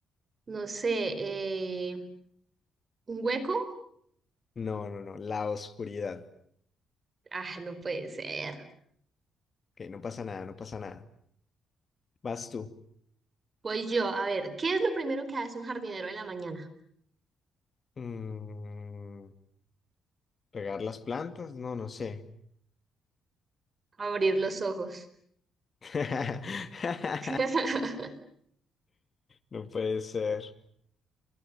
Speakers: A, on the right; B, on the left.
A: No sé, eh, ¿un hueco?
B: No, no, no. La oscuridad.
A: Ah, no puede ser.
B: Ok, no pasa nada, no pasa nada. Vas tú.
A: Voy yo, a ver, ¿qué es lo primero que hace un jardinero en la mañana?
B: Mm, ¿regar las plantas? No, no sé.
A: Abrir los ojos.
B: <laughs>
A: <laughs>
B: No puede ser.